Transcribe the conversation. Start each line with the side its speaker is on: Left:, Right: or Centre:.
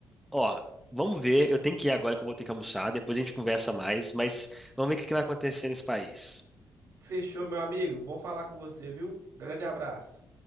Centre: Ó, vamos ver. Eu tenho que ir agora que eu vou ter que almoçar. Depois a gente conversa mais, mas vamos ver o que que vai acontecer nesse país.
Right: Fechou, meu amigo. Bom falar com você, viu? Grande abraço.